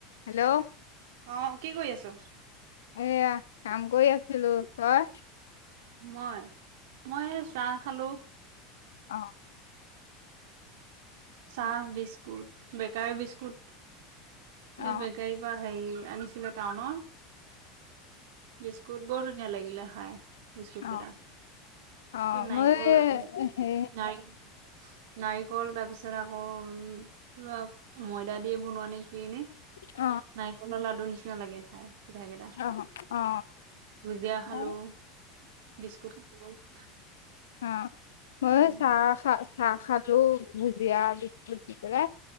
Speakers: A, on the left; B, on the right.
A: Hello
B: আহ কি কৰি আছ?
A: এয়া কাম কৰি আছিলো, তই?
B: মই মই এ চাহ খালো।
A: অ।
B: চাহ,
A: অ
B: বিস্কুট, বেকাৰী বিস্কুট
A: অ
B: এই বেকাৰীৰ পৰা হেৰি আনিছিলো টাউনৰ, বিস্কুট বৰ ধুনীয়া লাগিলে খাই। বিস্কুট
A: অ
B: কেইটা,
A: অ
B: কি নাৰিকল
A: মই হে
B: নাই নাৰিকল তাৰ পিছত আকৌ কিবা ময়দা দিয়ে বনোৱা নে কি এনে?
A: অ
B: নাৰিকলৰ লাডু নিচিনা লাগে খাই। মিঠাই কেইটা।
A: অ অ অ
B: ভুজিয়া খালোঁ,
A: অ
B: বিস্কুট খালো। <inaudible>
A: অ মই
B: উম
A: চাহ খা চাহ খালো, ভুজিয়া, বিস্কুট দি পেলাই